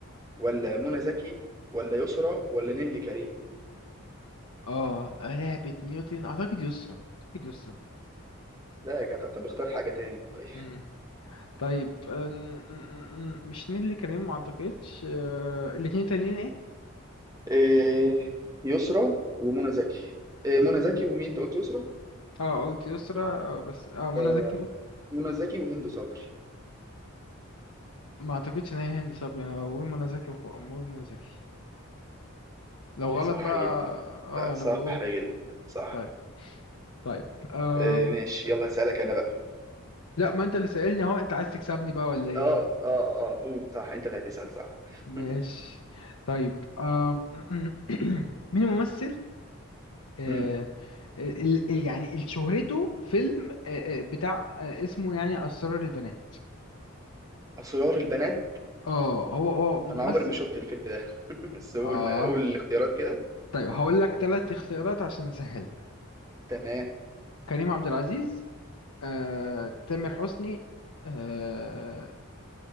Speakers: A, on the right; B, on the left.
A: ولا منى زكي ولا يسرى ولا نيللي كريم؟
B: اه لعبة نيوتن اعتقد يسرا اعتقد يسرا
A: لا يا جدع طب اختار حاجة تاني طيب
B: امم طيب أم، أم، أم، أم، مش نيللي كريم ما اعتقدش أه، الاتنين تانيين ايه
A: أه يسرى ومنى زكي أه منى زكي ومين انت قلت يسرى؟
B: اه قلت يسرا آه، بس اه منى
A: أه
B: زكي
A: منى زكي وهند صبري
B: ما اعتقدش ان هي هند صبري انا بقول منى زكي وخ- بقول منى زكي لو غلط
A: صح
B: بقى
A: جدا
B: اه
A: لا
B: انا
A: صح
B: بقول
A: جدا صح
B: طيب طيب أم...
A: أه ماشي يلا هسألك انا بقى
B: لا ما انت اللي سألني اهو انت عايز تكسبني بقى ولا ايه
A: اه اه اه قول صح انت اللي هتسأل صح
B: ماشي
A: <laughs>
B: طيب آم، <clears throat> مين الممثل آه،
A: أمم.
B: ال- ال- يعني اللي شهرته فيلم آه، آه، بتاع آه، اسمه يعني أسرار البنات
A: أسرار البنات
B: اه هو هو ممثل
A: انا عمري ما شفت الفيلم ده بس قول
B: اه
A: ما قول الاختيارات كده
B: طيب هقول لك ثلاث اختيارات عشان نسهلك
A: تمام
B: كريم عبد العزيز آه، تامر حسني آه،